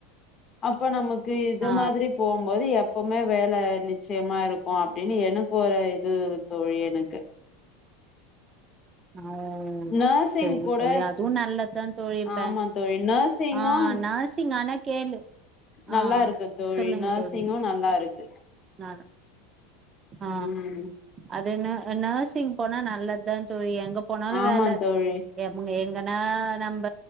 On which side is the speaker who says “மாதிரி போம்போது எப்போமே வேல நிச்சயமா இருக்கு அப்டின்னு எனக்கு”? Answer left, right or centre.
Left